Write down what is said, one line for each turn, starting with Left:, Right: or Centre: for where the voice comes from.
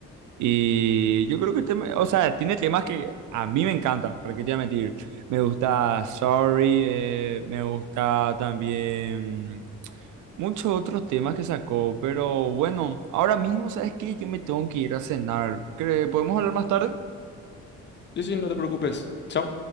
Right: Y yo creo que el tema, o sea, tiene temas que a mí me encantan, ¿para qué te voy a mentir? Me gusta Sorry, eh, me gusta también... Muchos otros temas que sacó, pero bueno, ahora mismo, ¿sabes qué? Yo me tengo que ir a cenar. ¿Cre- ¿Podemos hablar más tarde?
Left: Sí, sí, no te preocupes. Chao.